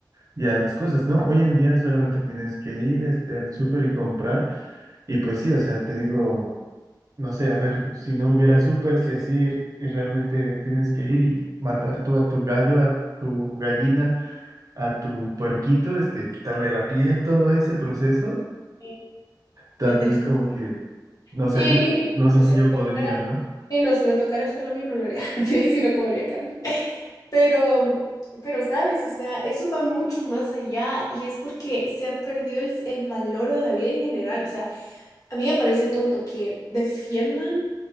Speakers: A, on the right (about 50°); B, on the left (about 50°).
A: y a las cosas, ¿no? Hoy en día solamente tienes que ir, este, al súper y comprar, y pues sí, o sea, te digo, no sé, a ver, si no hubiera súper, si así, y realmente tienes que ir y matar tú a tu gallo, a tu gallina, a tu puerquito, este, quitarle la piel, todo ese proceso,
B: qué
A: también
B: qué triste.
A: como que, no
B: Sí,
A: sé, yo, no sé
B: si
A: si yo podría,
B: me tocara,
A: ¿no?
B: sí, no, si me tocara hacerlo a mí no lo haría, <laughs> y si no comería carne. Pero, pero sabes, o sea, eso va mucho más allá y es porque se ha perdido el, el valor de la vida en general. O sea, a mí me parece tonto que defiendan